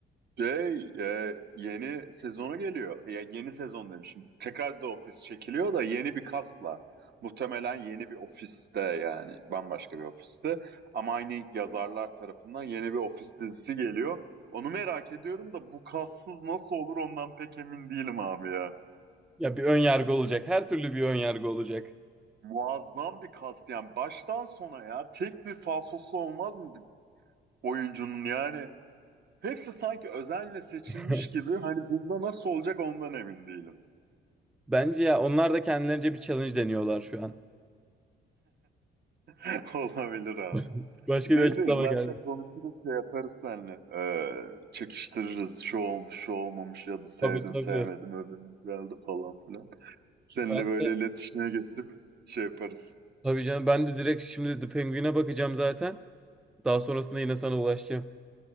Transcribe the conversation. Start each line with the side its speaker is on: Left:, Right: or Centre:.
Right: Şey, e, yeni sezonu geliyor. Ya yeni sezon demişim. Tekrar da ofis çekiliyor da yeni bir kasla. Muhtemelen yeni bir ofiste yani bambaşka bir ofiste. Ama aynı yazarlar tarafından yeni bir ofis dizisi geliyor. Onu merak ediyorum da bu kassız nasıl olur ondan pek emin değilim abi ya.
Centre: Ya bir ön yargı olacak. Her türlü bir ön yargı olacak.
Right: Muazzam bir kast yani baştan sona ya tek bir falsosu olmaz mı bir oyuncunun yani. Hepsi sanki özenle seçilmiş
Centre: <laughs>
Right: gibi hani bunda nasıl olacak ondan emin değilim.
Centre: Bence ya onlar da kendilerince bir challenge deniyorlar şu an.
Right: <laughs> Olabilir abi.
Centre: <laughs> Başka
Right: Ne
Centre: bir açıklama
Right: de zaten
Centre: geldi.
Right: konuşuruz şey yaparız seninle. Ee, çekiştiririz şu olmuş şu olmamış ya da sevdim
Centre: Tabii tabii.
Right: sevmedim öbürünün geldi falan filan. Seninle
Centre: Ben
Right: böyle
Centre: de
Right: iletişime geçip şey yaparız.
Centre: Tabii canım ben de direkt şimdi The Penguin'e bakacağım zaten. Daha sonrasında yine sana ulaşacağım.